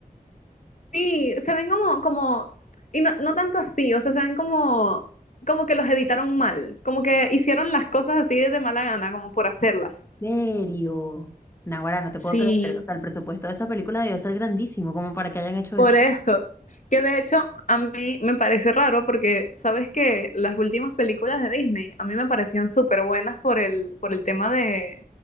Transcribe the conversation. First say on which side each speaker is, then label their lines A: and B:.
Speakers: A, on the left (about 55°); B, on the left (about 15°).
A: Sí, se ven como, como, y no, no tanto así, o sea, se ven como, como que los editaron mal, como que hicieron las cosas así de mala gana, como por hacerlas.
B: ¿En serio? Naguará, no te
A: Sí,
B: puedo creer. O sea, el presupuesto de esa película debió ser grandísimo como para que hayan hecho
A: Por
B: eso.
A: eso, que de hecho a mí me parece raro porque sabes que las últimas películas de Disney a mí me parecían súper buenas por el, por el tema de,